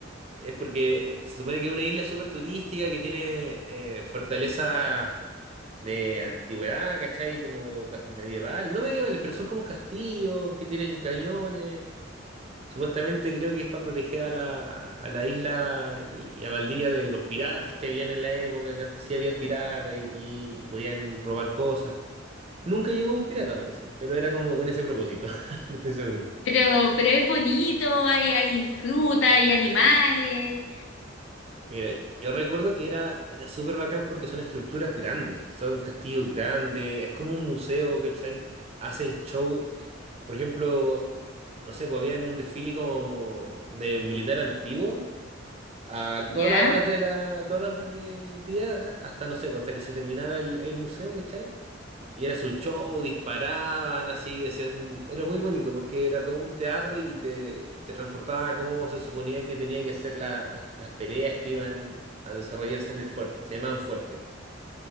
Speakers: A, on the right; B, on the left.
A: Es porque eh, se supone que es una isla súper turística que tiene eh, fortalezas de antigüedad, ¿cachai? Como ca- medieval. No medievales, pero son como castillos que tienen cañones. Supuestamente creo que es para proteger a la, a la isla y, y a Valdivia de los piratas que habían en la época, que antes sí habían piratas y, y podían robar cosas. Nunca llegó un pirata, parece, pero era como con ese propósito, <laughs> no estoy seguro.
B: Pero, pero es bonito, hay, hay fruta, hay animales,
A: Mira, yo recuerdo que era, era súper bacán porque son estructuras grandes, son castillos grandes, es como un museo, ¿cachai? Hacen show, por ejemplo, no sé, pues había un desfile como de militar antiguo a
B: ¿ya?
A: todas las horas de la, todas las horas del día, hasta no sé, pues, hasta que se terminara el, el museo, ¿cachai? Y era su show, disparaban así, hacían, era muy bonito porque era todo un teatro y te, te transportaba a cómo se suponía que tenía que ser la- las peleas que iban a desarrollarse en el fuerte, se llamaban fuerte.